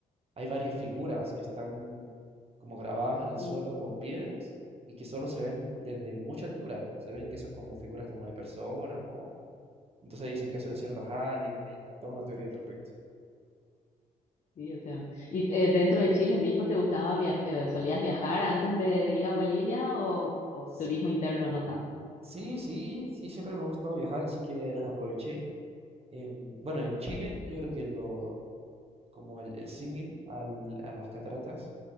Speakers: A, on the right (about 40°); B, on the left (about 45°).
A: hay varias figuras que están como grabadas en el
B: Sí,
A: suelo con piedras y que solo se ven desde mucha altura. Se ven que son como figuras como de personas o, Entonces dicen que eso lo hicieron los aliens, hay una- toda una teoría al respecto.
B: sí, o sea, ¿y eh, dentro de Chile mismo te gustaba viajar, solías viajar antes de, de ir a Bolivia o, o
A: Sí,
B: turismo interno no tanto?
A: sí, sí, sí, siempre me ha gustado viajar, así que aproveché. Em, bueno, en Chile yo creo que lo, como el, el símil al- a las cataratas,